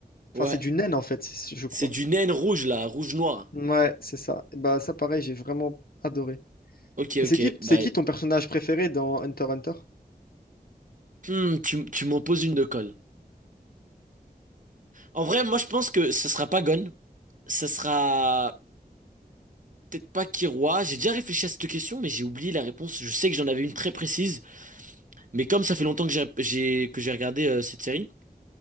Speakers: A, on the right (about 55°); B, on the left (about 70°).
A: Ouais.
B: Enfin, c'est du naine en fait, c'est- je
A: C'est
B: crois.
A: du naine rouge là, rouge-noir.
B: Ouais, c'est ça. Et bah ça, pareil, j'ai vraiment adoré.
A: Ok,
B: Et c'est
A: ok,
B: qui,
A: bye.
B: c'est qui ton personnage préféré dans Hunter x Hunter?
A: Hmm, tu, tu m'en poses une de colle. En vrai, moi je pense que ça sera pas Gon. Ça sera peut-être pas Kiroi. J'ai déjà réfléchi à cette question, mais j'ai oublié la réponse. Je sais que j'en avais une très précise. Mais comme ça fait longtemps que j'ai j'ai- que j'ai regardé euh, cette série,